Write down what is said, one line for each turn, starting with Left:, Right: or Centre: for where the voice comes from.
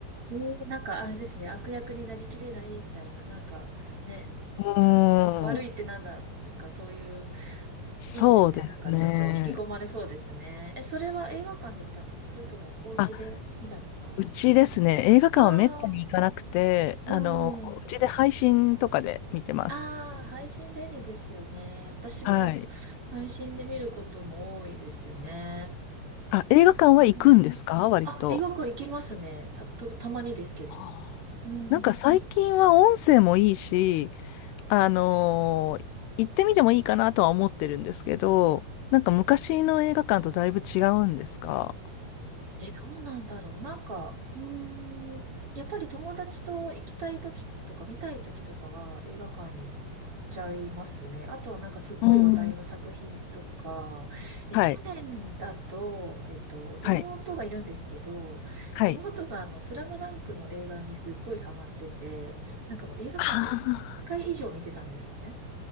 Right: えー、なんかあれですね、悪役になりきれないみたいな、なんかね、
Left: うーん、
Right: あの、悪いってなんだっていうか、そういう、
Left: そうですね。
Right: いいですね、なんかちょっと引き込まれそうですね。え、それは映画館で見たんですかそれともお家で見たんですか
Left: あ、うちですね、映画館はめったに行かなくて、
Right: ああー、
Left: あの、
Right: うん
Left: うちで配信とかで見てます。
Right: ああ、配信便利ですよね。私も配信で見ることも多いですね。
Left: はい。あ、映画館は行くんですか割と。
Right: うんあ、映画館行きますね。た、と、たまにですけど。
Left: はあなんか最近は音声もいいし、
Right: うん。
Left: あのー行ってみてもいいかなとは思ってるんですけど、なんか昔の映画館とだいぶ違うんですか
Right: え、どうなんだろう。なんか、うーん、やっぱり友達と行きたい時とか見たい時とかは映画館に行っちゃいますね。あとはなんかすっごい話題の作品とか、
Left: うん。
Right: え、
Left: はい。
Right: 去年だと、えっと、妹がいるんですけど、
Left: はい。はい。
Right: 妹があの、スラムダンクの映画にすっごいハマってて、なんかもう映画館で1回以上見てたんですね。
Left: あ